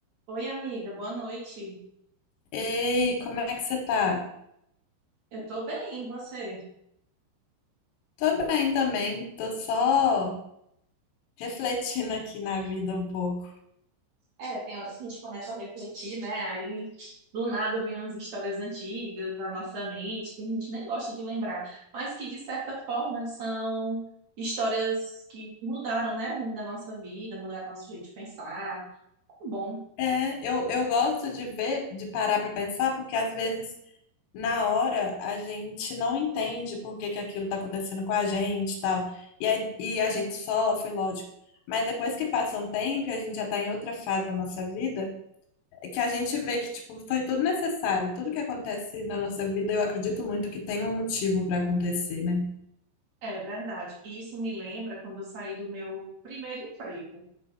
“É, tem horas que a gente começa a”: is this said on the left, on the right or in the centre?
Right